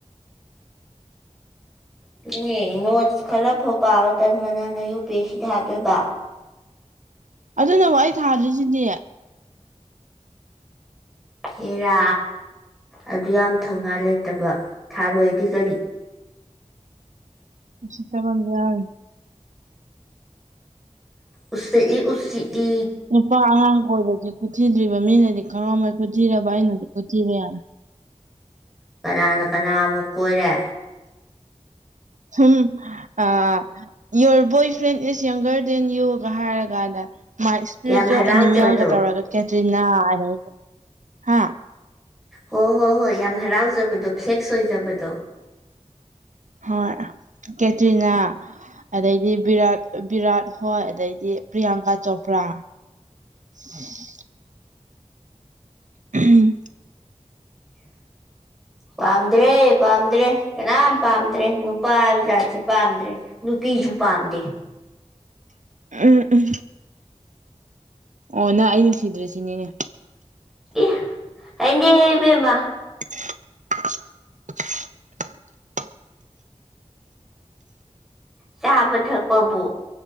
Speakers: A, in the centre; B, on the right.
A: ꯑꯗꯨꯅꯦ ꯅꯣꯠꯁ ꯈꯔ ꯐꯥꯎ ꯄꯥꯕ ꯇꯟꯕ ꯅꯪꯅ ꯌꯨ ꯄꯤ ꯑꯦꯁ ꯁꯤ ꯊꯥꯗꯣꯏꯕ
B: ꯑꯗꯨꯅꯕꯨ ꯑꯩ ꯊꯥꯗ꯭ꯔꯤꯁꯤꯗꯤ
A: ꯍꯦꯔꯥ ꯑꯗꯨꯌꯥꯝ ꯊꯧꯅꯥ ꯂꯩꯇꯕ ꯊꯥꯔꯣꯏꯗꯤ ꯀꯔꯤ
B: ꯎꯁꯤꯠꯇꯕꯝ ꯌꯥꯎꯔꯤ
A: ꯎꯁꯤꯠꯂꯤ ꯎꯂꯤꯠꯂꯤ
B: ꯅꯨꯄꯥ ꯑꯉꯥꯡ ꯀꯣꯏꯕꯗꯤ ꯈꯨꯊꯤꯗ꯭ꯔꯤꯕ ꯃꯤꯅꯗꯤ ꯈꯪꯉꯝꯃꯣꯢ ꯈꯨꯊꯤꯔꯕ ꯑꯩꯅꯗꯤ ꯈꯨꯊꯤꯔꯦ ꯌꯥꯔꯦ
A: ꯀꯅꯥꯅ ꯀꯅꯥꯃꯨꯛ ꯀꯣꯏꯔꯦ
B: ꯁꯨꯝ ꯑꯥ ꯌꯣꯔ ꯕꯣꯏ ꯐ꯭ꯔꯦꯟ ꯏꯁ ꯌꯪꯒꯔ ꯗꯦꯟ ꯌꯨꯒ ꯍꯥꯏꯔꯒꯥꯟꯗ ꯃꯥꯥꯏ ꯁ꯭ꯄꯤꯔꯤꯆꯨꯋꯦꯜ
A: ꯌꯥꯝ ꯍꯔꯥꯎꯖꯕꯗꯣ
B: ꯑꯦꯅꯤꯃꯦꯜꯒ ꯇꯧꯔꯒ ꯀꯦꯇ꯭ꯔꯤꯅꯥ <unintelligible> ꯍꯥ
A: ꯍꯣ ꯍꯣ ꯍꯣꯏ ꯌꯥꯝ ꯍꯔꯥꯎꯖꯕꯗꯣ ꯐ꯭ꯂꯦꯛꯁ ꯑꯣꯏꯖꯕꯗꯣ
B: ꯍꯣꯏ ꯀꯦꯇꯔꯤꯅꯥ ꯑꯗꯩꯗꯤ ꯕꯤꯔꯥꯠ ꯕꯤꯔꯥꯠ ꯍꯣꯏ ꯑꯗꯩꯗꯤ ꯄ꯭ꯔꯤꯌꯥꯡꯀꯥ ꯆꯣꯄ꯭ꯔꯥ ꯎ ꯎꯝ
A: ꯄꯥꯝꯗ꯭ꯔꯦ ꯄꯥꯝꯗ꯭ꯔꯦ ꯀꯅꯥꯝ ꯄꯥꯝꯗ꯭ꯔꯦ ꯅꯨꯄꯥ ꯍꯥꯏꯕꯖꯥꯠꯁꯤ ꯄꯥꯝꯗ꯭ꯔꯦ ꯅꯨꯄꯤꯁꯨ ꯄꯥꯝꯗꯦ
B: ꯎꯝꯝ ꯎꯝ ꯎ ꯑꯣ ꯅꯪ ꯑꯩ ꯅꯨꯡꯁꯤꯗ꯭ꯔꯦꯁꯤꯅꯤꯅꯦ
A: ꯑꯦ ꯍꯩꯅꯗꯦꯍꯦ ꯏꯕꯦꯝꯃ
B: <unintelligible>
A: ꯆꯥꯕ ꯊꯛꯄꯕꯨ